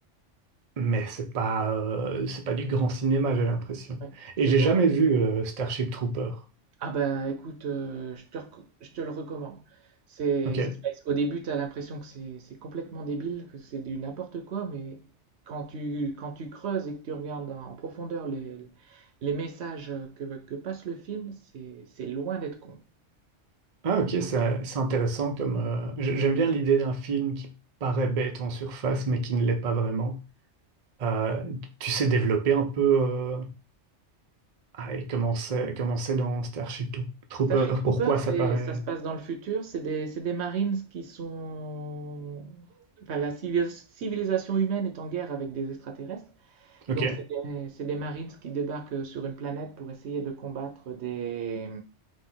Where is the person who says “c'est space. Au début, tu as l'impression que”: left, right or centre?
Right